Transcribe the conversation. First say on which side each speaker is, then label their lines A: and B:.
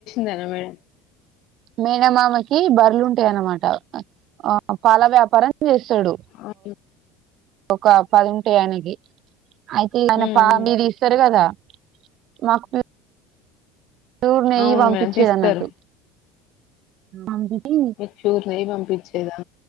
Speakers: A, on the left (about 60°); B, on the right (about 50°).
A: తన మరి
B: మేనమామకి బర్రలుంటాయన్నమాట ఆ పాల వ్యాపారం చేస్తాడు
A: ఆ హు
B: ఒక పదుంటయి ఆయనకి అయితే ఆయన
A: హ్మ్
B: పా
A: హ్మ్
B: మీరు ఇస్తారు కదా మాకు ప్యూర్ నెయ్యి
A: అవును
B: పంపించేదన్నట్టు
A: మేడం తీస్తారు
B: ఆల్రెడీ
A: మీకు ప్యూర్ నెయ్యి పంపించేదా